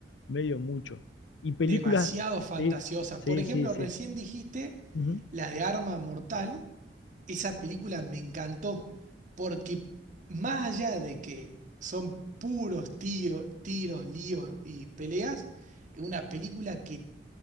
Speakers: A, on the left; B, on the right.
A: medio mucho. Y películas,
B: Demasiado fantasiosa.
A: sí, sí,
B: Por ejemplo,
A: sí, sí.
B: recién dijiste
A: Ujú.
B: la de Arma Mortal. Esa película me encantó porque más allá de que son puros tío- tiros, líos y peleas, es una película que